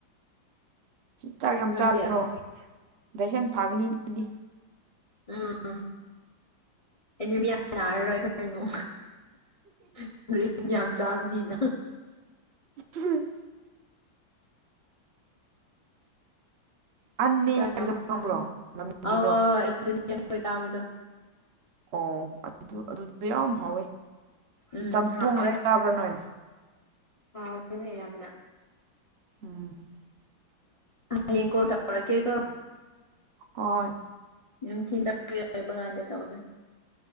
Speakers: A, on the right; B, on the left.
A: ꯆꯥꯛ ꯌꯥꯝ
B: ꯅꯣꯏꯗꯤ
A: ꯆꯥꯗ꯭ꯔꯣ ꯗꯥꯏꯁꯟ ꯐꯥꯒꯅꯤ ꯑꯗꯨꯗꯤ
B: ꯎꯝ ꯑꯦꯅꯤꯃꯤꯌ ꯅꯥꯔꯔꯣꯏ ꯑꯩꯈꯣꯏꯉꯣ ꯁꯨꯔꯦꯟ ꯌꯥꯝ ꯆꯥꯕꯅꯤꯅ
A: ꯍꯝ ꯑꯟꯅꯤ
B: ꯍꯛꯆꯥꯡ
A: ꯍꯥꯏꯕꯗꯣ
B: ꯌꯥꯝ
A: ꯈꯪꯕ꯭ꯔꯣ
B: ꯐꯥꯡꯅꯤ
A: ꯂꯝꯒꯤꯗꯣ
B: ꯑ ꯍꯣꯏ ꯑꯗꯨꯗꯤꯈꯣꯏ ꯆꯥꯕꯗꯣ
A: ꯑꯣ ꯑꯗꯨ ꯑꯗꯨꯗꯨ ꯌꯥꯝ ꯍꯥꯎꯋꯦ
B: ꯎꯝ
A: ꯆꯝꯊꯣꯡ
B: ꯍꯥꯎꯋꯦ
A: ꯑꯣꯏꯅ ꯆꯥꯕ꯭ꯔꯥ ꯅꯣꯏ
B: ꯍꯥꯎꯕꯅꯦ ꯌꯥꯝꯅ
A: ꯎꯝ
B: ꯍꯥꯌꯦꯡ ꯀꯣꯜ ꯇꯧꯔꯛꯀꯦꯀꯣ
A: ꯍꯣꯏ
B: ꯅꯨꯡꯊꯤꯟꯗ ꯐ꯭ꯔꯤ ꯑꯣꯏꯕ ꯀꯥꯟꯗ ꯇꯧꯁꯦ